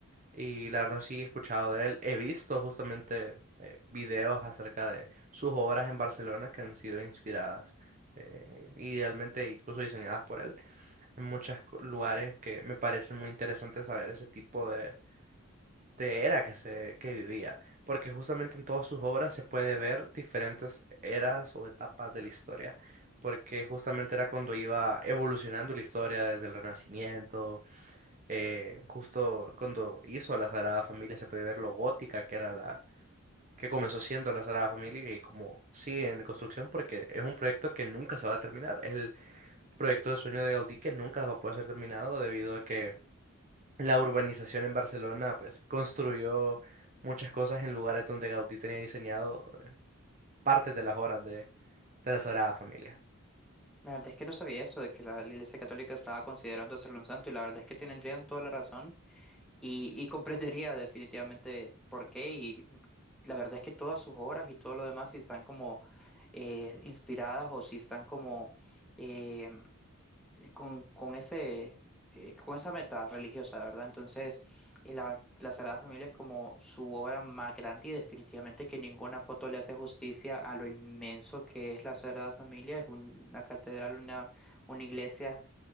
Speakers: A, on the right (about 35°); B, in the centre.
A: Y la verdad sí he escuchado de él. He visto justamente eh, videos acerca de sus obras en Barcelona que han sido inspiradas eh, idealmente incluso diseñadas por él en muchos cu- lugares que me parece muy interesante saber ese tipo de, de era que se que vivía. Porque justamente en todas sus obras se puede ver diferentes eras o etapas de la historia. Porque justamente era cuando iba evolucionando la historia desde el Renacimiento eh, justo cuando hizo la Sagrada Familia se puede ver lo gótica que era la que comenzó siendo la Sagrada Familia y como sigue en construcción porque es un proyecto que nunca se va a terminar. Es el proyecto de sueño de Gaudí que nunca va a poder ser terminado debido a que la urbanización en Barcelona pues construyó muchas cosas en lugares donde Gaudí tenía diseñado partes de las obras de, de la Sagrada Familia.
B: La verdad es que no sabía eso, de que la, Iglesia Católica estaba considerando hacerlo un santo, y la verdad es que tendrían toda la razón y, y <laughs> comprendería definitivamente por qué. Y la verdad es que todas sus obras y todo lo demás, si están como eh, inspiradas o si están como eh, eh, con, con ese, eh, con esa meta religiosa, ¿verdad? Entonces, eh, la, la Sagrada Familia es como su obra más grande y definitivamente que ninguna foto le hace justicia a lo inmenso que es la Sagrada Familia. Es un- una catedral, una, una iglesia